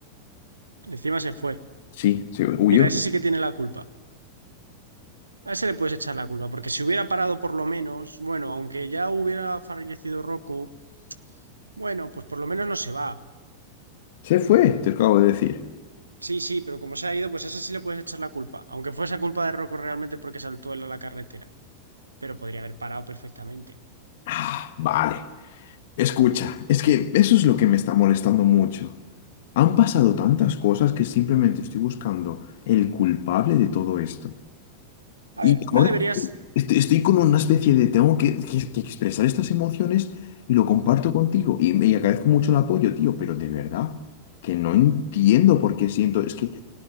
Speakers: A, on the right (about 80°); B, on the left (about 55°).
A: Encima se fue.
B: Sí, se huyó.
A: Mira, ese sí que tiene la culpa. A ese le puedes echar la culpa, porque si hubiera parado por lo menos, bueno, aunque ya hubiera fallecido Rocco, bueno, pues por lo menos no se va.
B: Se fue, te acabo de decir.
A: Sí, sí, pero como se ha ido, pues a ese sí le puedes echar la culpa, aunque fuese culpa de Rocco realmente porque saltó él a la carretera, pero podría haber parado perfectamente.
B: Ah, vale. Escucha, es que eso es lo que me está molestando mucho. Han pasado tantas cosas que simplemente estoy buscando el culpable de todo esto.
A: A
B: Y
A: ver, no
B: ahora
A: deberías, o
B: est- estoy con una especie de, tengo que, que- que expresar estas emociones y lo comparto contigo. Y me y agradezco mucho el apoyo, tío, pero de verdad que no entiendo por qué siento, es que